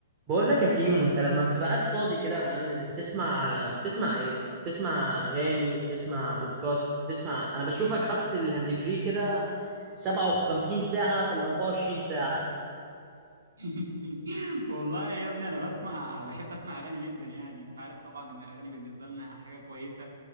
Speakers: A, on the right (about 30°); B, on the right (about 70°).
A: بقول لك يا كيمو انت لما بتبقى قاعد فاضي كده يا معلم بتسمع بتسمع ايه بتسمع اغاني بتسمع بودكاست بتسمع انا بشوفك حاطط الهاند فري كده 57 ساعة في ال 24 ساعة
B: <laughs> والله يا ابني انا بسمع بحب اسمع اغاني جدا يعني انت عارف طبعا ان الاغاني بالنسبه لنا حاجه كويسه